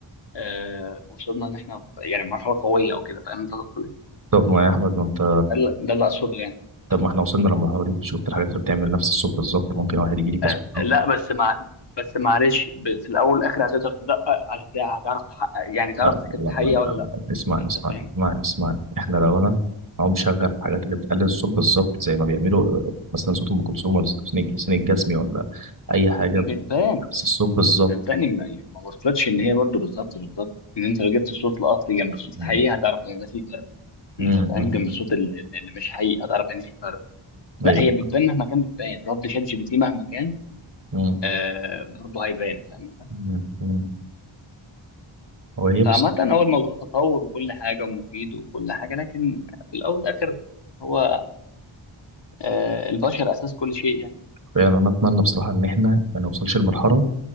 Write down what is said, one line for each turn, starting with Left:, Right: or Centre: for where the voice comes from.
Left: آه، وصلنا ان احنا يعني مرحله قويه او كده فاهم انت تقصد إيه؟
Right: طب ما يا احمد ما انت
Left: ده اللي ده اللي اقصده يعني
Right: طب ما احنا وصلنا للمرحله دي شفت الحاجات اللي بتعمل نفس الصوت بالظبط ممكن واحد يجي لي كسكر
Left: آه، لا بس مع بس معلش ب- في الاول والاخر هتقدر تدقق هتلاقي هتعرف تحقق يعني تعرف
Right: لا
Left: اذا كانت
Right: لا
Left: حقيقه
Right: لا لا
Left: ولا
Right: لا
Left: لا
Right: لا اسمعني
Left: انت
Right: اسمعني
Left: فاهم
Right: اسمعني اسمعني احنا لو انا اهو مشغل الحاجات اللي بتقلل الصوت بالظبط زي ما بيعملوا آه، مثلا صوت ام كلثوم ولا صوت حسين الج- حسين الجسمي ولا اي حاجه
Left: بتبان
Right: بس الصوت بالظبط
Left: صدقني ما- يعني ما وصلتش ان هي برضو بالظبط بالظبط ان انت لو جبت صوت القطر جنب الصوت
Right: مم،
Left: الحقيقي هتعرف ان ده في فرق
Right: مم،
Left: انت فاهم جنب الصوت ال- ال- اللي مش حقيقي هتعرف ان في فرق لا
Right: ايوه
Left: هي بتبان مهما كان بتبان رد شات جي بي تي مهما كان
Right: مم،
Left: آه برضه هيبان فاهم انت؟
Right: مم، مم. هو يبس
Left: فعامة هو الموضوع تطور وكل حاجة ومفيد وكل حاجة لكن في الأول والآخر هو آه، البشر أساس كل شيء يعني
Right: فعلا انا اتمنى بصراحه ان احنا ما نوصلش لمرحله